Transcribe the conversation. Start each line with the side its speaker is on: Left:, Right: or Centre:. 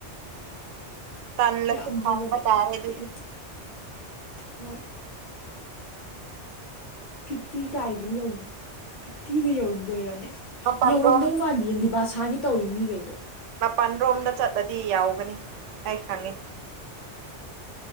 Right: ꯇꯜꯂꯥꯁꯨ
Left: ꯌꯥꯝꯗ꯭ꯔꯕꯗ
Right: ꯍꯪꯕꯥ ꯇꯔꯦꯗꯨꯗ
Left: ꯐꯤꯐꯇꯤꯟ ꯍꯣꯏ ꯐꯤꯐꯇꯤ ꯀꯥꯏꯗꯤ ꯐꯤꯐꯇꯤꯗ ꯌꯧꯔꯝꯗꯣꯏꯔꯅꯦ
Right: ꯃꯄꯥꯟꯔꯣꯝ
Left: ꯌꯧꯔꯝꯗꯧ ꯃꯟꯗꯤꯌꯦ ꯗꯤꯕꯥꯁꯥꯒꯤ ꯇꯧꯔꯤ ꯃꯤꯈꯩꯗꯣ
Right: ꯃꯥꯄꯜ ꯔꯣꯝꯗ ꯆꯠꯂꯗꯤ ꯌꯥꯎꯒꯅꯤ ꯑꯩ ꯈꯪꯉꯤ